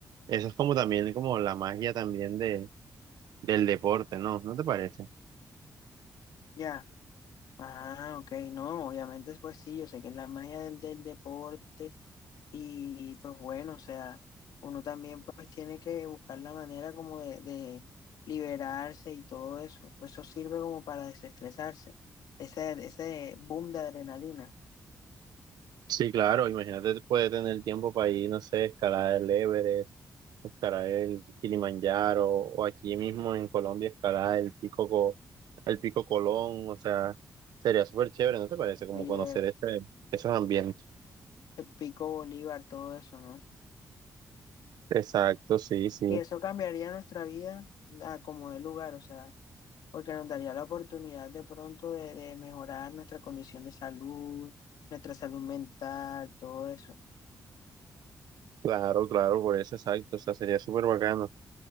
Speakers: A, on the right; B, on the left.
A: eso es como también como la magia también de, del deporte, ¿no? ¿No te parece?
B: Ya. Ah, ok, no, obviamente, pues sí, yo sé que es la magia del, del deporte Y pues bueno, o sea, uno también pues tiene que buscar la manera como de, de liberarse y todo eso. Eso sirve como para desestresarse. Ese, ese boom de adrenalina,
A: Sí, claro, imagínate, puede tener tiempo para ir, no sé, escalar el Everest, o escalar el Kilimanjaro, o aquí mismo en Colombia escalar el Pico, Co- el Pico Colón, o sea, sería súper chévere, ¿no te parece? Como
B: sí,
A: conocer
B: eh,
A: este- esos ambientes.
B: el pico Bolívar, todo eso, ¿no?
A: Exacto, sí, sí,
B: Y eso cambiaría nuestra vida a como de lugar, o sea, porque nos daría la oportunidad de pronto de, de mejorar nuestra condición de salud, nuestra salud mental, todo eso.
A: claro, claro, por eso, exacto, o sea, sería súper bacano.